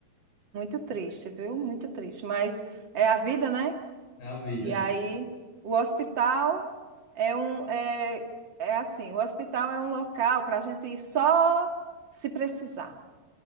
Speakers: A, on the right; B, on the left.
A: Muito triste, viu? Muito triste. Mas é a vida, né?
B: é a vida.
A: E aí, o hospital é um. É, é assim: o hospital é um local para a gente ir só se precisar.